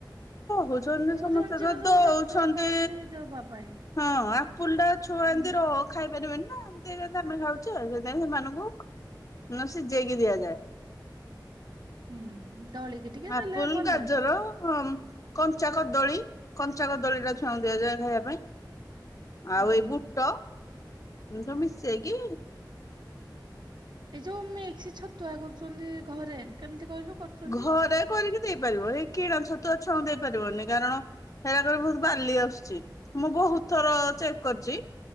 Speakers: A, on the left; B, on the right.
A: କହୁଛନ୍ତି
B: ମୁଁ
A: ସମସ୍ତେ
B: ଜାଣିଛି
A: ତ
B: କିନ୍ତୁ ଡକ୍ଟର
A: ଦଉଛନ୍ତି
B: କହନ୍ତି ଦବା ପାଇଁ
A: ହଁ। ଫୁଲଟା ଛୁଆ
B: ଉଁ
A: ଏମିତି ର ଖାଇ ପାରିବେନି ନା ଏମିତି ଆମେ ଖାଉଛେ ସେଥିାଇଁ ସେମାନଙ୍କୁ ସିଝେଇକି ଦିଆଯାଏ। <inaudible>
B: ହୁଁ। ଦଳିକି ଟିକେ
A: ଆପୁଲ
B: ଦେଲେ ଭଲ
A: ଗାଜର କଞ୍ଚା କଦଳୀ କଞ୍ଚା କଦଳୀ ଟା ଛୁଆଁ ଦିଆଯାଏ ଖାଇବା ପାଇଁ।
B: ହୁଁ
A: ଆଉ ଇ ବୁଟ ସମସ୍ତ ଆ କି?
B: ଏଇ ଯୋଉ ମସି ଛତୁଆ କରୁଛନ୍ତି ଘରେ କେମିତି କହିଲୁ? କରୁଛନ୍ତି?
A: ଘରେ କରିକି ଦେଇପାରିବ ଏଇ କିଣା ଛତୁଆ ଛୁଉଁ ଦେଇ ପାରିବନି କାରଣ ହେରାକରେ ବହୁତ ବାଲି ଆସୁଛି ମୁଁ ବହୁତ ଥର ଚେକ୍ କରିଛି